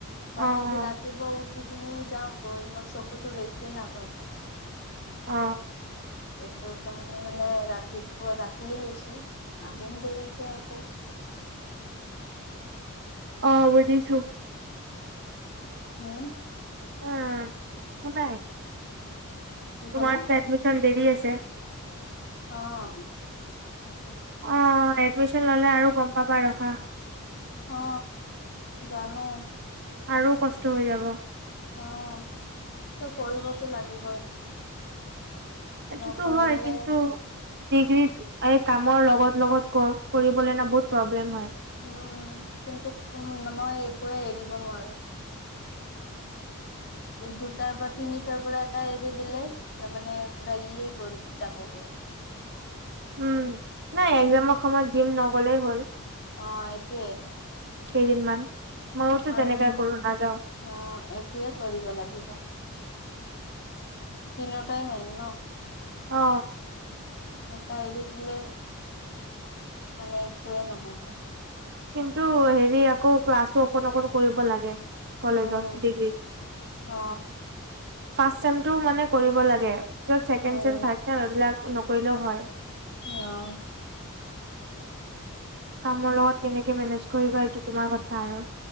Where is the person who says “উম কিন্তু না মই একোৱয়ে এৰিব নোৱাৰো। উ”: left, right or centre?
Left